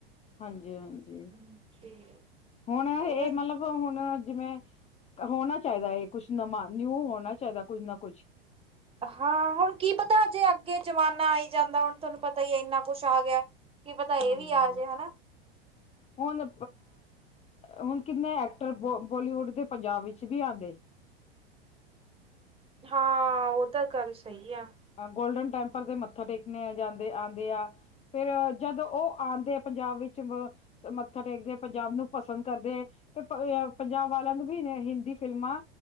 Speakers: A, on the left; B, on the right.
A: ਹਾਂਜੀ, ਹਾਂਜੀ।
B: ਜੀ
A: ਹੁਣ ਇਹ
B: ਹੋਰ
A: ਮਤਲਬ। ਹੁਣ ਜਿਵੇਂ ਹੋਣਾ ਚਾਹੀਦਾ ਕੁਛ ਨਵਾਂ ਨਿਊ ਹੋਣਾ ਚਾਹੀਦਾ ਕੁੱਝ ਨਾ ਕੁੱਛ।
B: ਹਾਂ ਹੁਣ ਕੀ ਪਤਾ ਅਜੇ ਅੱਗੇ ਜ਼ਮਾਨਾ ਆਈ ਜਾਂਦਾ ਹੁਣ ਤੁਹਾਨੂੰ ਪਤਾ ਹੀ ਇੰਨਾ ਕੁੱਛ ਆ ਗਿਆ। ਕੀ ਪਤਾ
A: ਹਾਂਜੀ
B: ਇਹ ਵੀ ਆ ਜੇ ਹਨਾ।
A: ਹੁਣ। ਹੁਣ ਕਿੰਨੇ ਐਕਟਰ ਬੋ ਬੋਲੀਵੁੱਡ ਦੇ ਪੰਜਾਬ ਵਿੱਚ ਵੀ ਆਉਂਦੇ।
B: ਹਾਂ, ਉਹ ਤਾਂ ਗੱਲ ਸਹੀ ਆ।
A: ਗੋਲਡਨ ਟੈਂਪਲ ਤੇ ਮੱਥਾ ਟੇਕਣੇ ਜਾਂਦੇ ਆਉਂਦੇ ਆ। ਫਿਰ ਜਦ ਉਹ ਆਉਂਦੇ ਆ ਪੰਜਾਬ ਵਿੱਚ। ਮੱਥਾ ਟੇਕਦੇ ਪੰਜਾਬ ਨੂੰ ਪਸੰਦ ਕਰਦੇ। ਤੇ ਪੰਜਾਬ ਵਾਲਿਆਂ ਨੂੰ ਵੀ ਹਿੰਦੀ ਫਿਲਮਾਂ।